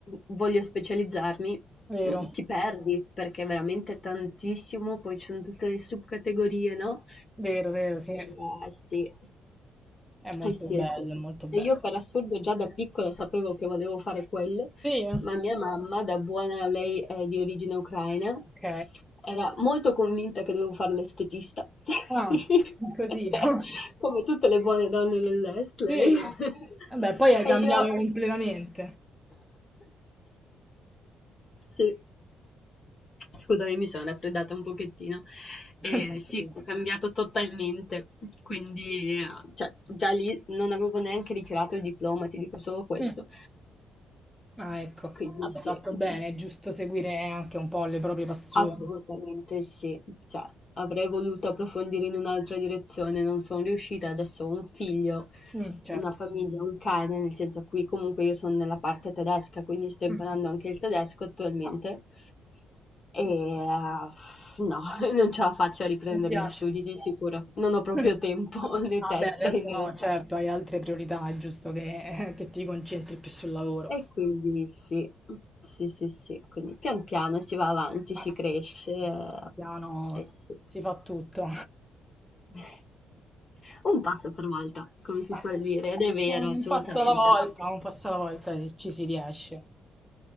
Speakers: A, on the left; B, in the centre.
A: voglio specializzarmi,
B: vero,
A: mm, ti perdi perché è veramente tantissimo, poi ci sono tutte le subcategorie, no?
B: vero, vero, sì.
A: E, eh, sì.
B: È molto
A: Eh sì,
B: bello,
A: eh sì.
B: è molto bello.
A: E io per assurdo già da piccola sapevo che volevo fare quello,
B: Sì,
A: ma mia mamma, da buona lei è di origine ucraina,
B: ok.
A: era molto convinta che dovevo fare l'estetista, <laughs>
B: Ah, così, <laughs> no?
A: come tutte le buone donne dell'est,
B: Sì.
A: lei. <laughs>
B: Vabbè, poi hai
A: E
B: cambiato
A: io
B: completamente.
A: <coughs> Sì. Scusami, mi sono raffreddata un pochettino.
B: <laughs>
A: E sì, ho cambiato totalmente, quindi eh, cioè, già lì non avevo neanche ritirato il diploma, ti dico solo questo.
B: Mm. Ah, ecco.
A: Quindi
B: Vabbè,
A: sì,
B: fatto bene, è giusto seguire anche un po' le proprie passioni.
A: assolutamente sì. Cioè, avrei voluto approfondire in un'altra direzione, non sono riuscita, adesso ho un figlio,
B: Mm, certo.
A: una famiglia, un cane, nel senso qui comunque io sono nella parte tedesca, quindi sto imparando
B: Mm.
A: anche il tedesco attualmente
B: Ah.
A: E eh,
B: bene.
A: no, <laughs> non ce la faccio a riprendere
B: Non ti piace?
A: gli studi di sicuro. Non ho proprio
B: Mm.
A: tempo <laughs> né
B: Ah,
A: testa
B: beh, adesso
A: in realtà.
B: no, certo, hai altre priorità, è giusto che, <laughs> che ti concentri più sul lavoro.
A: E quindi sì, sì, sì, sì. Quindi pian piano si va avanti,
B: Basta.
A: si cresce eh,
B: Pian Piano
A: e sì.
B: si fa tutto.
A: <laughs> Un passo per volta, come si
B: Ma
A: suol
B: sì,
A: dire, ed è vero,
B: Un
A: assolutamente.
B: passo alla volta, un passo alla volta e ci si riesce.